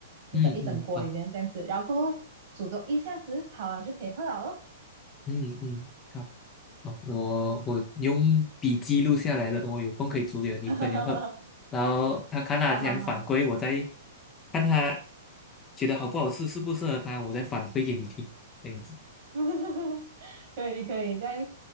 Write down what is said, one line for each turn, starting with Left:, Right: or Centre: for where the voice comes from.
Right: 你的一整锅里面这样子，
Left: 嗯嗯，好，
Right: 然后过后煮多一下子好了就可以喝了
Left: 嗯嗯，好，好，我我用笔记录下来了，我有空可以煮给我女朋友喝，
Right: 哈哈哈，
Left: 然后她看她这样反馈，
Right: <laughs> 哈哈哈，
Left: 我再看她觉得好不好吃，适不适合她，我再反馈给你听，这样子，
Right: <laughs> 可以可以，这样